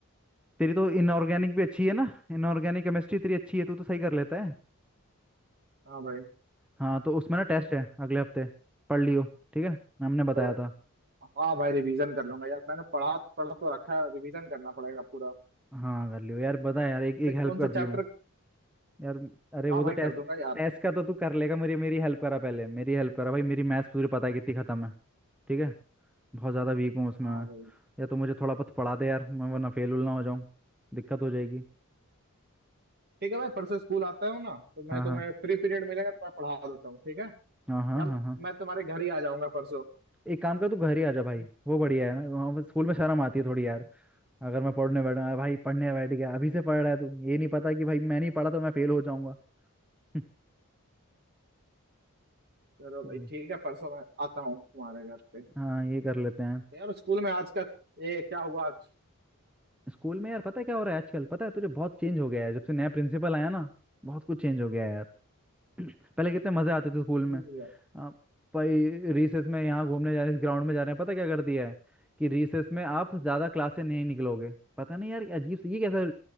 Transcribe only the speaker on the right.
हाँ भाई
तो
हाँ भाई रिवीजन कर लूंगा यार मैंने पढ़ा पढ़ा तो रखा है रिवीजन करना पड़ेगा पूरा
लेकिन
कौन
सा
चैप्टर
हाँ
भाई
कर दूंगा यार
हाँ
भाई
ठीक है भाई परसों स्कूल आता हूँ ना तो
मैं तुम्हें
फ्री पीरियड मिलेगा तो मैं पढ़ा देता हूँ ठीक है
या
मैं तुम्हारे घर ही आ जाऊंगा परसों
चलो भाई
ठीक है परसों मैं आता हूँ तुम्हारे घर पे
तो यार स्कूल में आज का ये क्या हुआ आज
ये-